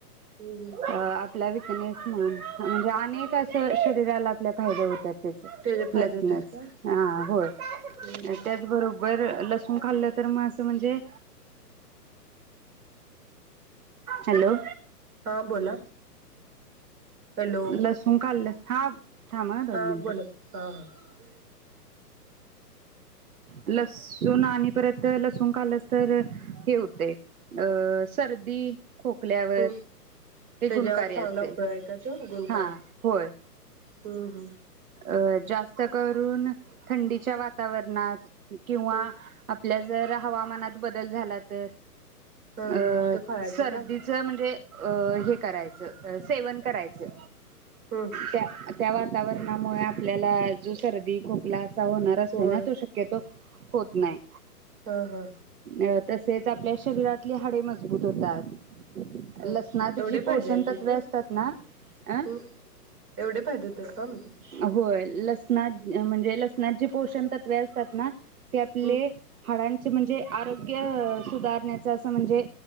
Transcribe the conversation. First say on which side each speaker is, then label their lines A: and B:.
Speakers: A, on the right; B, on the right.
A: हम् हम्
B: अ आपला विकनेस म्हणून म्हणजे अनेक अस शरीराला आपल्या फायदे होतात. तेच
A: त्याचे फायदे
B: लसणाच
A: होतात का?
B: हा होय आणि
A: हम्म हम्म.
B: त्याच बरोबर लस लसुण खाल्लं तर म असं तो म्हणजे हॅलो
A: हा बोला हॅलो
B: लसूण खाल्लं हा थांबा दोन
A: हा
B: मिनिटं.
A: बोला की हा हा
B: लसूण आणि परत लसुण खल्लस तर हे होतय अ सर्दी खोकल्यावर
A: हम्
B: ते
A: त्याच्यावर
B: गुणकारी
A: चांगला
B: असते.
A: उपाय आहे का तो गुणकारी
B: हा होय
A: हम् हम
B: अ जास्त करून थंडीच्या वातावरणात किंवा
A: हम्म.
B: आपल्या जर हवामानात बदल झाला तर
A: हा
B: अ
A: हा ते खायचे
B: सर्दीच
A: का
B: म्हणजे अ हे करायच सेवन करायचं
A: हम्म
B: त्या त्या वातावरणात मुळे आपल्याला जो सर दि, खोकला असा होणार असतो
A: होय
B: ना तो शक्यतो होत नाही.
A: हा हा
B: अ तसेच आपल्या शरीरातले हाडे मजबूत होतात.
A: हा
B: लसणात
A: एवढे
B: जी पोषण
A: फायदे आहेत त्यांचे?
B: तत्वे असतात ना अं
A: एवढे फायदे होतात का मग त्याचे
B: होय लसणा म्हणजे लसनाची पोषण तत्वे असतात ना ते आपले
A: हम्म
B: हाडां म्हणजे आरोग्य सुधारण्याचा अस म्हणजे